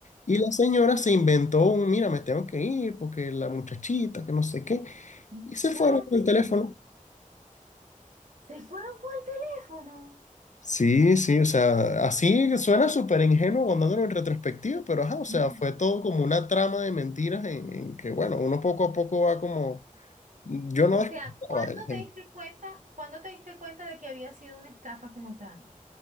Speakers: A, on the left; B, on the right.
A: Y la señora se inventó un, mira, me tengo que ir porque la muchachita, que no sé qué.
B: Muchacho.
A: Y se fueron con el teléfono.
B: Se fueron con el teléfono.
A: Sí, sí, o sea, así suena súper ingenuo contándolo en retrospectiva, pero ajá, o sea,
B: Mm.
A: fue todo como una trama de mentiras en, en que, bueno, uno poco a poco va como, yo no
B: O
A: desconfiaba
B: sea, ¿cuándo
A: de la gente.
B: te diste cuenta, cuándo te diste cuenta de que había sido una estafa como tal?